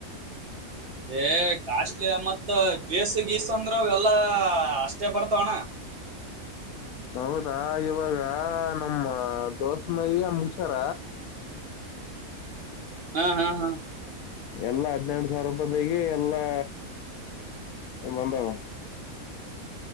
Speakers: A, on the right; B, on the left.
A: ಏ ಕಾಸ್ಟ್ಲಿ ಮತ್ ಬೇಸ್ ಗೀಸ್ ಅಂದ್ರಾವ ಎಲ್ಲ ಎಲ್ಲ ಅಷ್ಟೇ ಬರ್ತವೆ ಅಣ್ಣ
B: ಹೌದಾ ಇವಾಗ ನಮ್ಮ ದೋಸ್ ಮದುವೆಗೆ ಮುಗ್ಸೋಣ
A: ಹ ಹಾ ಹಾ
B: ಎಲ್ಲಾ ಹದ್ನೆೆಡು ಸಾವಿರ ರೂಪಾಯ ದಗ ಎಲ್ಲಾ ಬಂದಾವ